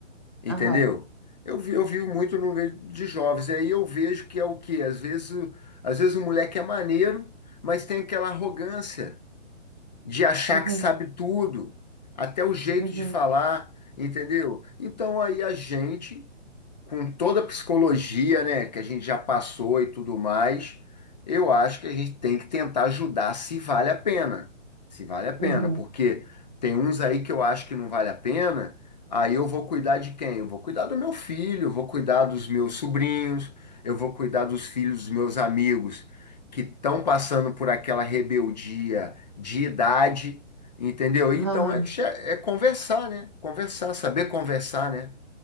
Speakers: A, on the left; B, on the right.
A: entendeu?
B: Aham.
A: Eu, vi- eu vivo muito no meio de jovens. E aí eu vejo que é o quê? Às vezes, o- às vezes o moleque é maneiro, mas tem aquela arrogância. de achar
B: Uhum.
A: que sabe tudo, até o jeito
B: Uhum.
A: de falar, entendeu? Então aí a gente com toda a psicologia, né, que a gente já passou e tudo mais, eu acho que a gente tem que tentar ajudar se vale a pena. Se vale a pena,
B: Uhum.
A: porque tem uns aí que eu acho que não vale a pena, aí eu vou cuidar de quem? Eu vou cuidar do meu filho, eu vou cuidar dos meus sobrinhos, eu vou cuidar dos filhos dos meus amigos que estão passando por aquela rebeldia de idade, entendeu? Então
B: Aham.
A: é, che- é conversar, né? Conversar, saber conversar, né?